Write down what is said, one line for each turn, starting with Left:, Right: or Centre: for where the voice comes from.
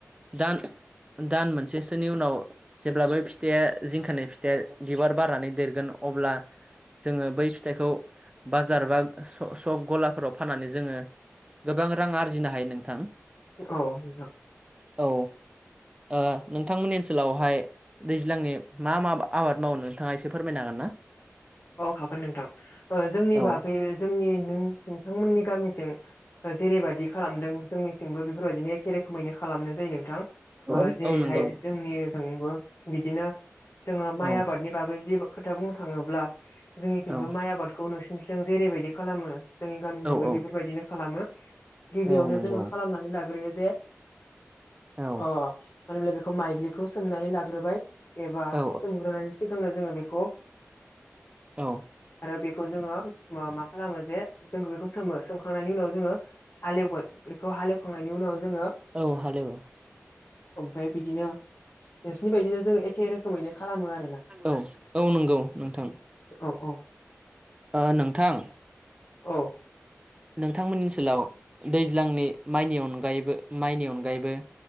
Right: दान-दान मोनसेसोनि उनाव जेब्ला‌ बै फिथाइा जिंखानि फिथाइया बिबार बारनानै देरगोन अब्ला जोङो बै फिथाइखौ बाजार बा स' सक गलाफोराव फाननानै जोङो गोबां रां आरजिनो हायो नोंथां
Left: औ नोंथां
Right: औ ओ नोंथांमोननि ओनसोलावहाय दैज्लांनि मा-मा आबाद मावो नोंथाङा एसे फोरमायनो हागोन ना
Left: औ हागोन नोंथां जोंनि
Right: औ
Left: बागै जोंनि नों नोंथांमोननि गामिथिं जेरैबायदि खालामदों जोंनिसिंबो बेफोरबायदिनो एखे रोखोमैनो खालामनाय जायो नोंथां
Right: औ
Left: ओ जेरैहाय
Right: औ नंगौ
Left: जोंनि जोंबो बिदिनो जोङो माइ
Right: औ
Left: आबादनि बागै जुदि खोथा बुंनो थाङोब्ला जोंनिथिंबो
Right: औ
Left: माइ आबादखौ नोंसोरनिजों जेरैबायदि खालामो जोंनि गामिजोंबो
Right: औ औ
Left: बेफोरबायदिनो खालामो गिबियावनो
Right: औ नंगौ
Left: जोङो खालामनानै लाग्रोयो जे
Right: औ
Left: अह मानो होनब्ला बेखौ माइग्लिखौ सोमनानै लाग्रोबाय एबा
Right: औ
Left: सोमग्रोनायनि सिगांनो जोङो बेखौ
Right: औ
Left: आरो बेखौ जोङो मा-मा खालामो जे जों बेखौ सोमो सोम खांनायनि उनाव जोङो हालेवगोन बेखौ हालेवखांनायनि उनाव जोङो
Right: औ हालेवो
Left: ओमफाय बिदिनो नोंसिनि बायदिनो जों एखे रोखोमैनो खालामो आरोना
Right: औ औ नंगौ नोंथां
Left: औ-औ-औ।
Right: ओ नोंथां नोंथांमोननि ओनसोलाव। दैज्लांनि माइनि अनगायैबो-माइनि अनगायैबो।